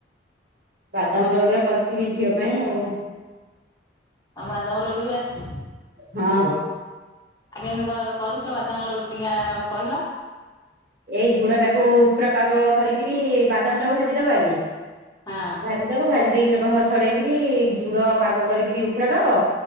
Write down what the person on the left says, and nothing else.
ବାଦାମ ଲଡୁ ବି ଆସିଛି।
ଆଜ୍ଞା କରୁଛ ବାଦାମ ଲଟୁ ଟିକେ କହିଲ।
ହଁ।